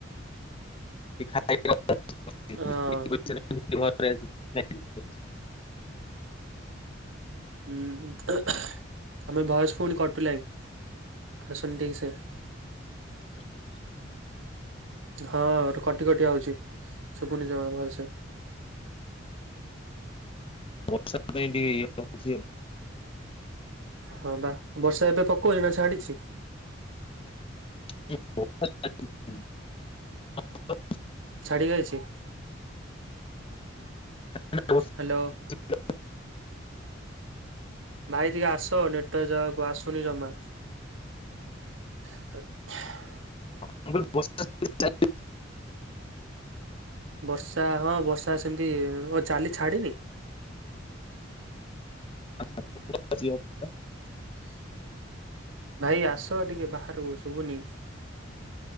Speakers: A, on the left (about 30°); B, on the right (about 85°).
A: <unintelligible>
B: ହଁ ହୁଁ ତମେ ଭୟସ୍ ପୁଣି କଟଲାଣି। ଆସୁନି ଠିକ୍ ସେ ହଁ କଟି କଟି ଆଉଛି ଶୁଭୁନି ଜମା ଭରସେ
A: ବର୍ଷା ପାଇଁ ଟିକେ ଇଏ ହଉଛି
B: ହଁ ବା ବର୍ଷା ଏବେ ପକାଉଛି ନା ଛାଡିଛି?
A: <unintelligible>
B: ଛାଡିଗାଇଛି?
A: <unintelligible>
B: ହେଲୋ।
A: <unintelligible>
B: ଭାଇ ଟିକେ ଆସ ନେଟ୍ ଜାକୁ ଆସୁନି ଜମା। ହ <unintelligible>
A: <unintelligible>
B: ବର୍ଷା ହଁ ବର୍ଷା ସେମିତି ଆଉ ଚାଲି ଛାଡିିନି?
A: <unintelligible>
B: <unintelligible> ଭାଇ ଆସ ଟିକେ ବାହାରକୁ ଶୁଭୁନି?